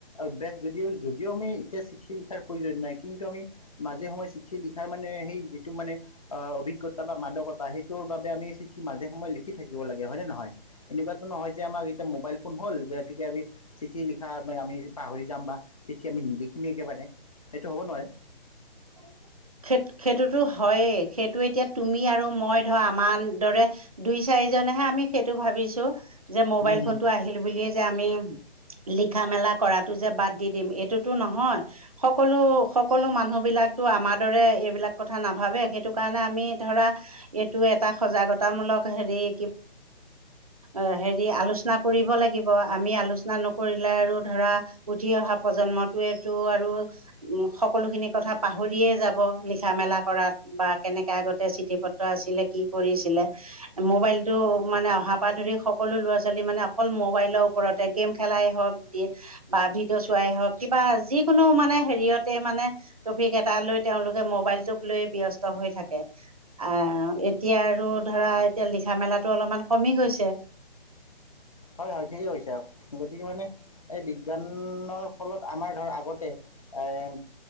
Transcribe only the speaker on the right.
<inaudible> সেইটো, সেইটোতো হয়েই, সেইটো এতিয়া তুমি আৰু মই ধৰ আমাৰ দৰে দুই চাৰি জনেহে আমি সেইটো ভাবিছোঁ, যে মোবাইল
ফোন টো আহিল বুলিয়ে যে আমি লিখা মেলা কৰাতটো যে বাদ দি দিম এইটোতো নহয়। সকলো, সকলো মানুহ বিলাক তো আমাৰ দৰে এইবিলাক কথা নাভাবে, সেইটো কাৰণে আমি ধৰা এইটো এটা সজাগতামূলক হেৰি কি অ', হেৰি, আলোচনা কৰিব লাগিব। আমি আলোচনা নকৰিলে, আৰু ধৰা উঠি অহা প্ৰজন্মটোৱে টো আৰু উম, সকলোখিনি কথা পাহৰিয়ে যাব, লিখা মেলা কৰাত বা কেনেকে আগতে চিঠি পত্ৰ আছিলে, কি কৰিছিলে। মোবাইলতটো মানে অহা পৰা ধৰি সকলো ল'ৰা-ছোৱালী মানে অকল মোবাইলৰ ওপৰতে, গেম খেলাই হওক দি বা ভিডিঅ' চোৱাই হওক, কিবা যিকোনো মানে হেৰিয়তে মানে টপিক এটা লৈ, তেওঁলোকে মোবাইলটোক লৈয়ে ব্যস্ত হৈ থাকে। আহ, এতিয়া আৰু ধৰা এতিয়া লিখা মেলাটো অলপমান কমি গৈছে।